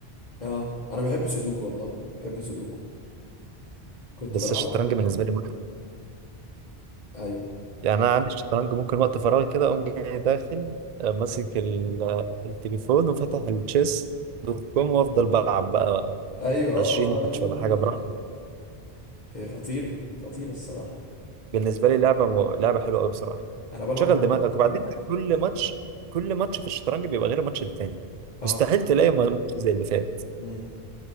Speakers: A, on the left; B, on the right.
A: اه انا بحب سودوكو والله بحب سودوكو كنت
B: بس
A: بلعبها
B: الشطرنج
A: زمان
B: بالنسبة لي
A: ايوه
B: يعني انا عندي الشطرنج ممكن وقت فراغي كده اقوم جاي داخل آه، ماسك ال- آه، التليفون وفاتح التشيس دوت كوم وافضل بلعب بقى
A: ايوه اه
B: 20
A: اه لا
B: ماتش
A: لا
B: ولا
A: لا
B: حاجه
A: لا
B: براحتي
A: لا هي خطيره خطيره الصراحه
B: بالنسبه لي لعبه مو... لعبه حلوه قوي بصراحه
A: انا بلعب
B: شغل
A: برضه
B: دماغك وبعدين كل ماتش كل ماتش في الشطرنج بيبقى غير الماتش التاني
A: اه
B: مستحيل تلاقي م- ماتش زي اللي فات
A: امم